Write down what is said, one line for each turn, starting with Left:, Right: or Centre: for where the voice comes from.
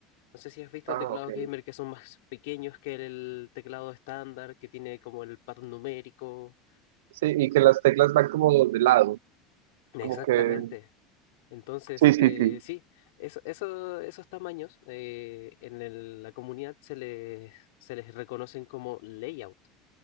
Left: No sé si has visto
Right: Ah,
Left: teclados
Right: ok.
Left: gamer que son más pequeños que el teclado estándar, que tiene como el patrón numérico.
Right: Sí, y que las teclas van como de lado.
Left: Exactamente.
Right: Como que,
Left: Entonces,
Right: sí, sí,
Left: eh,
Right: sí.
Left: sí, eso, eso- esos tamaños eh, en el- la comunidad se les, se les reconocen como layout